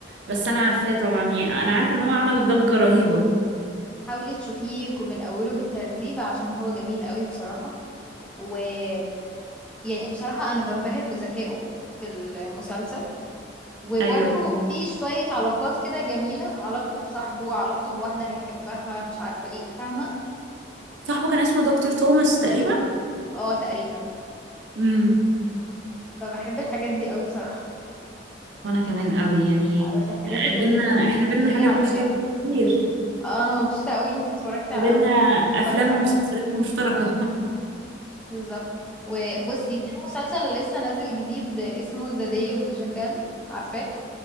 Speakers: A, on the right; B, in the centre.
A: بس انا عارفاه طبعا يعني انا عارفة ان هو عمل ضجة رهيبة
B: حاولي تشوفيه يكون من اوله بالترتيب عشان هو جميل قوي بصراحة ويعني بصراحة انا بنبهر بذكائه في المسلسل وبرضو
A: ايوه
B: في شوية علاقات كده جميلة علاقته بصاحبه علاقته بواحدة هيحبها مش عارفة ايه فاهمة
A: صاحبه كان اسمه دكتور توماس تقريبا
B: اه تقريبا
A: امم
B: فبحب الحاجات دي قوي بصراحة
A: وانا كمان قوي يعني
B: او الحاجات اللي
A: بينا
B: بتبقى
A: احنا بينا
B: تقيلة
A: حاجات
B: على الدماغ
A: مشتركة كتير
B: اه انا مبسوطة قوي انتي اتفرجتي
A: وبينا
B: على اغلب الحاجات اللي
A: افلام
B: اتفرجت عليها
A: ومسلسلات
B: اصلا
A: مشتركة
B: بالظبط وبصي في مسلسل لسه نازل جديد اسمه ذا داي اوف ذا جاكال عارفاه